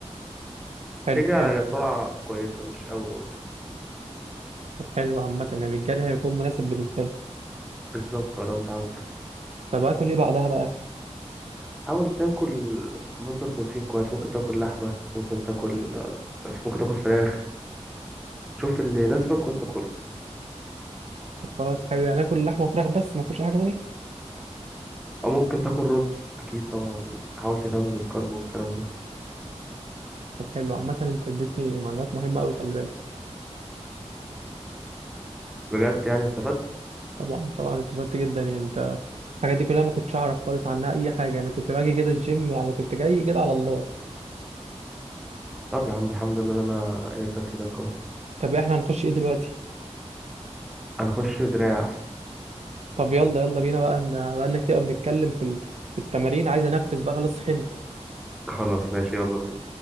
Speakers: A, on the right (about 70°); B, in the centre.
A: حلو
B: تجري على
A: حلو
B: سرعة كويسة مش قوي برضه
A: طب حلو عامه يعني الجري هيكون مناسب بالنسبه لي
B: بالظبط لو انت عاوز تخس
A: طب اكل ايه بعدها بقى
B: حاول تاكل مصدر بروتين كويس ممكن تاكل لحمة ممكن تاكل ممكن تاكل فراخ شوف اللي يناسبك وانت كله
A: طب خلاص حلو يعني اكل لحمه وفراخ بس ما اكلش اي حاجه تاني
B: او ممكن تاكل رز اكيد طبعا حاول تهتم بالكرب والكلام ده
A: طب حلو عامه انت اديتني معلومات مهمه قوي خلي بالك
B: بجد يعني استفدت
A: طبعا طبعا استفدت جدا يعني انت الحاجات دي كلها ما كنتش اعرف خالص عنها اي حاجه يعني كنت باجي كده الجيم يعني كنت جاي كده على الله
B: طب يا عم الحمد لله ان انا قدرت افيدك اهو
A: طب احنا هنخش ايه دلوقتي
B: هنخش دراع
A: طب يلا يلا بينا بقى ان بقى انك تبقى بنتكلم في ال- في التمارين عايز انفذ بقى خلاص خنت
B: خلاص ماشي يلا بينا